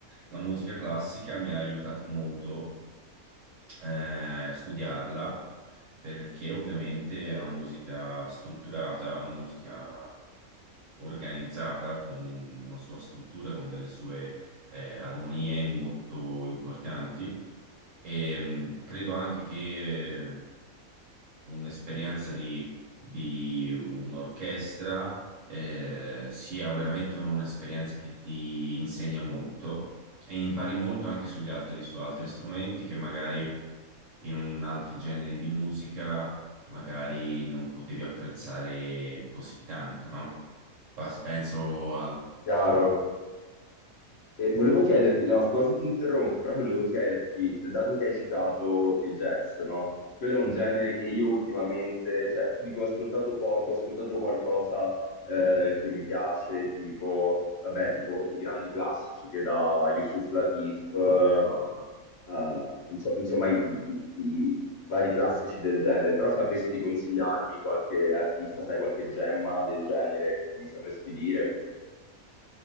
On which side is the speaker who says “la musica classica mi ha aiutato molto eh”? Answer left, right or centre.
Right